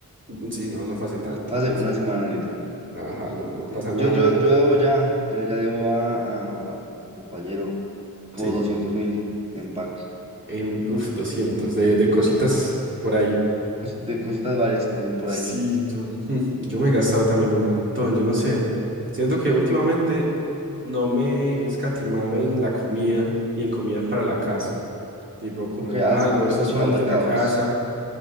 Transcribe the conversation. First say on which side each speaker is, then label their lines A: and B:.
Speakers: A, on the right (about 35°); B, on the right (about 15°).
A: Mm, Sí, no, no fue hace tanto.
B: fue hace
A: Es-
B: una semana literalmente.
A: Ajá, no, no pasa nada.
B: Yo, yo, yo debo ya, yo ya debo a, a, a- a tu compañero como
A: Sí,
B: doscientos mil en pagos,
A: en, uf, 200 de, de cositas por ahí.
B: Cosi- de cositas varias, como dicen por
A: Sí,
B: ahí.
A: yo, <laughs> yo me he gastado también un montón, yo no sé, siento que últimamente no me he escatimado en la comida y en comida para la casa, tipo como
B: Ok, has,
A: ah, almuerzos
B: has- has hecho
A: para
B: más
A: los
B: mercados.
A: de la casa